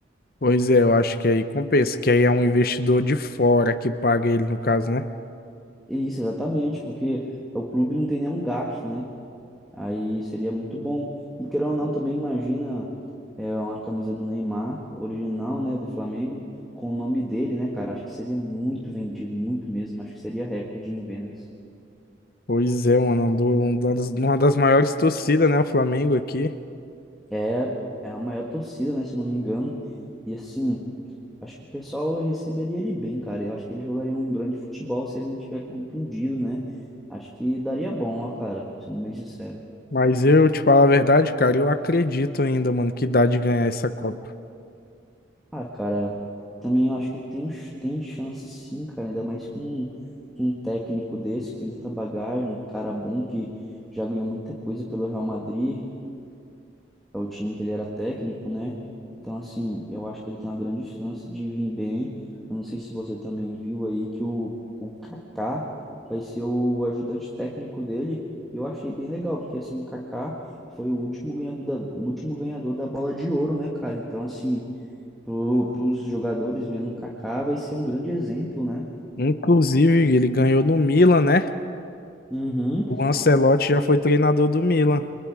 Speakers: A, on the left; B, in the centre.
A: Pois é, eu acho que aí compensa, que aí é um investidor de fora que paga ele, no caso, né?
B: E isso, exatamente, porque o clube não tem nenhum gasto, né? Aí seria muito bom. E querendo ou não, também imagina é, uma camisa do Neymar, original, né, do Flamengo, com o nome dele, né, cara? Acho que seria muito vendido, muito mesmo. Acho que seria recorde em vendas.
A: Pois é, mano, um do- um das- uma das maiores torcidas, né, o Flamengo aqui.
B: É, é a maior torcida, né? Se eu não me engano. E assim, acho que o pessoal receberia ele bem, cara. Eu acho que ele jogaria um grande futebol se ele não tiver contundido, né? Acho que daria bom, ó, cara, sendo bem sincero.
A: Mas eu te falo a verdade, cara, eu acredito ainda, mano, que dá de ganhar essa Copa.
B: Ah, cara, também eu acho que tem, uns- tem chance sim, cara, ainda mais com, com um técnico desse que tem tanta bagagem, um cara bom que já ganhou muita coisa pelo Real Madrid, é o time que ele era técnico, né? Então, assim, eu acho que ele tem uma grande chance de vir bem. Eu não sei se você também viu aí que o, o Kaká vai ser o ajudante técnico dele. Eu achei bem legal, porque assim, o Kaká foi o último ganhador da, o último ganhador da bola de ouro, né, cara? Então, assim, para os jogadores vendo o Kaká vai ser um grande exemplo, né?
A: Inclusive, ele ganhou no Milan, né?
B: Uhum.
A: O Ancelotti já foi treinador do Milan.